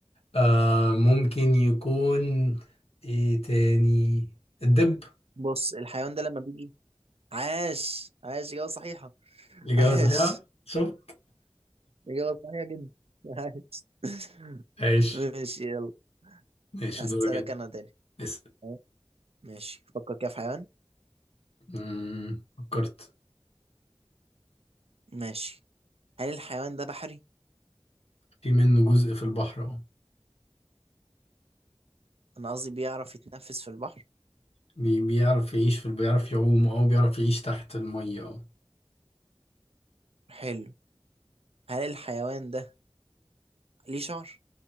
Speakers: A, on the left; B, on the right.
A: آه ممكن يكون ايه تاني الدب
B: بص الحيوان ده لما بيجي عاش عاش إجابة صحيحة <laughs>
A: الإجابة
B: عاش
A: صحيحة شوف
B: إجابة صحيحة جدا عاش <laughs>
A: ماشي
B: ماشي يلا
A: ماشي
B: هسألك
A: دورك انت
B: أنا تاني
A: اسأل
B: أه، ماشي فكر كده في حيوان
A: مم، فكرت
B: ماشي هل الحيوان ده بحري؟
A: في منه جزء في البحر اهو
B: أنا قصدي بيعرف يتنفس في البحر؟
A: بي- بيعرف يعيش في بيعرف يعوم او بيعرف يعيش تحت المية اهو
B: حلو هل الحيوان ده ليه شعر؟